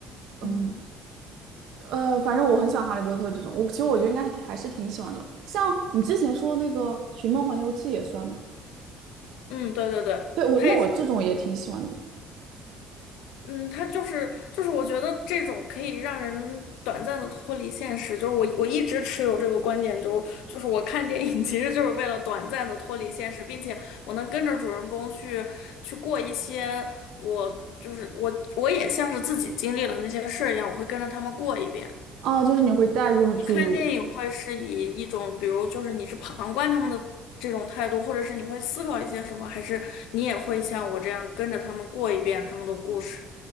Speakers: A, on the right; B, on the left.
A: 嗯，
B: 嗯，
A: 呃，反正我很喜欢《哈利波特》这种，我其实我觉得应该还还是挺喜欢的吧。像你之前说那个《寻梦环游记》也算吗？
B: 嗯，对对对，
A: 对，我那我这种也挺喜欢的。
B: 它也是嗯，他就是就是，我觉得这种可以让人短暂的脱离现实，就是我我一直持有这个观点，就就是我看电影其实就是为了短暂的脱离现实，并且我能跟着主人公去去过一些我就是我我也像是自己经历了那些事儿一样，我会跟着他们过一遍。
A: 哦，就是你会带入主，
B: 你看电影会是以一种比如就是你是旁观他们的这种态度，或者是你会思考一些什么，还是你也会像我这样跟着他们过一遍他们的故事？